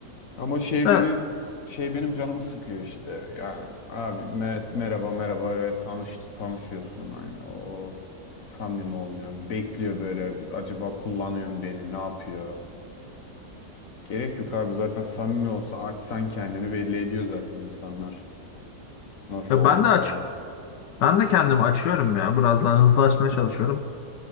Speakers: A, on the left; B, on the left.
A: Ama şey
B: Evet.
A: beni şey benim canımı sıkıyor işte. Yani abi Mehmet merhaba merhaba evet tanış tanışıyorsun aynı. Of samimi olmuyor. Bekliyor böyle acaba kullanıyor mu beni ne yapıyor? Gerek yok abi zaten samimi olsa açsan kendini belli ediyor zaten insanlar nasıl
B: Ya
A: oldukları.
B: ben de açık. Ben de kendimi açıyorum ya. Biraz daha hızlı açmaya çalışıyorum.